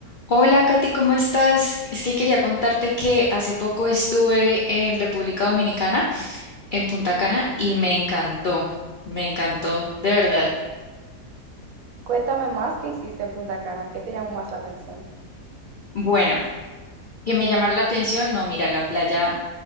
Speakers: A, on the left; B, on the right.
A: Hola Katy, ¿cómo estás? Es que quería contarte que hace poco estuve en República Dominicana, en Punta Cana, y me encantó, me encantó, de verdad.
B: Cuéntame más qué hiciste en Punta Cana, qué te llamó más la atención.
A: Bueno, que me llamara la atención, no, mira, la playa,